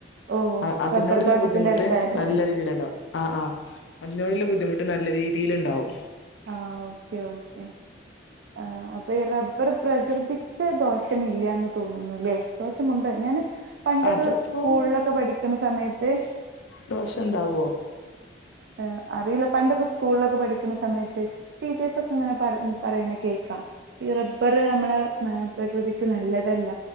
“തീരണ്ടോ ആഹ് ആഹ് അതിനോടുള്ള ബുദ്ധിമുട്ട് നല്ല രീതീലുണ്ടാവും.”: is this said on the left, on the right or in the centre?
Left